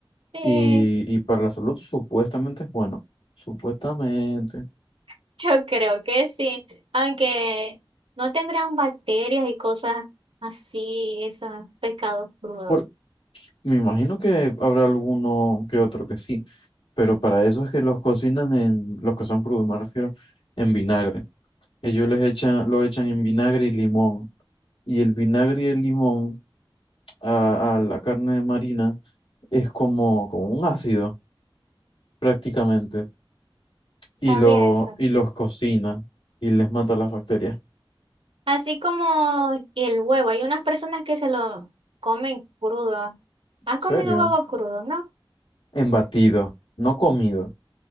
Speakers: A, on the right; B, on the left.
A: Sí,
B: Y, y para la salud supuestamente es bueno. Supuestamente.
A: <laughs> yo creo que sí. Aunque no tendrán bacterias y cosas así, esos pescados crudos.
B: Por- Me imagino que habrá alguno que otro que sí, pero para eso es que los cocinan en, los que son crudos, me refiero, en vinagre. Ellos les echan, lo echan en vinagre y limón. Y el vinagre y el limón a, a la carne marina es como, como un ácido, prácticamente. Y,
A: Sabía
B: lo,
A: eso.
B: y los cocina y les mata las bacterias.
A: Así como el huevo, hay unas personas que se lo comen crudo.
B: ¿En
A: ¿Has comido
B: serio?
A: huevo crudo, no?
B: En batido, no comido,